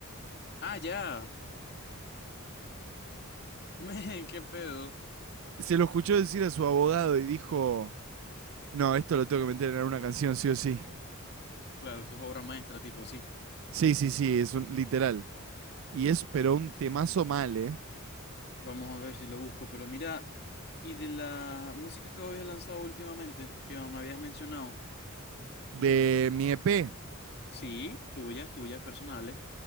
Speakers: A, on the left (about 50°); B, on the right (about 65°).
A: Ah, ya. <laughs> Men, qué pedo.
B: Se lo escuchó decir a su abogado y dijo, No, esto lo tengo que meter en una canción, sí o sí.
A: Claro, eso es obra maestra, tipo así.
B: Sí, sí, sí, es un literal. Y es, pero un temazo mal, ¿eh?
A: Vamos a ver si lo busco, pero mira, y de las músicas que habías lanzado últimamente, que me habías mencionado,
B: De mi EP.
A: sí, tuyas, tuyas personales,